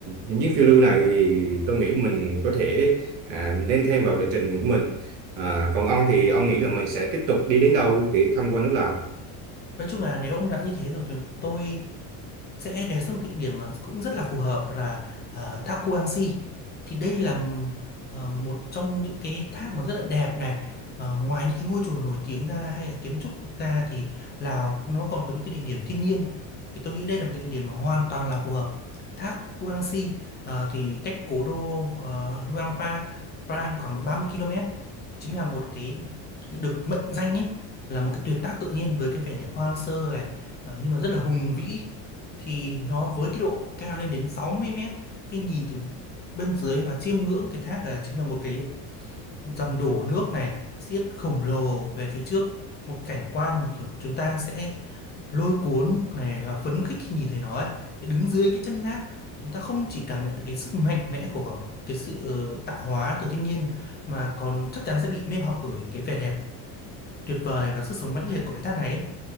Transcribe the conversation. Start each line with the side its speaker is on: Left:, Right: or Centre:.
Right: Những chuyến phiêu lưu này thì tôi nghĩ mình có thể à, nên thêm vào lịch trình của mình. À, còn ông thì ông nghĩ là mình sẽ tiếp tục đi đến đâu để tham quan nước Lào?
Left: nói chung là nếu ông đã như thế rồi thì tôi sẽ đề xuất một cái địa điểm mà cũng rất là phù hợp đó là uh, thác Kuangxi thì đây là m- ờ, một trong những cái thác mà rất là đẹp này Ờ, ngoài những cái ngôi chùa nổi tiếng ra hay là kiến trúc ra thì Lào nó còn có những cái địa điểm thiên nhiên thì tôi nghĩ đây là một cái địa điểm mà hoàn toàn là phù hợp thác Kuangxi ờ, thì cách cố đô uh, Luang Prabang Prang khoảng độ 30 km chính là một cái được mệnh danh ấy là một cái tuyệt tác tự nhiên với cái vẻ đẹp hoang sơ này ờ, nhưng mà rất là hùng vĩ thì nó với cái độ cao lên đến 60 mét khi nhìn từ bên dưới và chiêm ngưỡng cái thác là chính là một cái dòng đổ nước này xiết khổng lồ về phía trước một cảnh quan mà kiểu chúng ta sẽ lôi cuốn này và phấn khích khi nhìn thấy nó ấy Thế đứng dưới cái chân thác chúng ta không chỉ cảm nhận được cái sức mạnh mẽ của cái sự ờ, tạo hóa từ thiên nhiên mà còn chắc chắn sẽ bị mê hoặc bởi cái vẻ đẹp tuyệt vời và sức sống mãnh liệt của cái thác này ấy.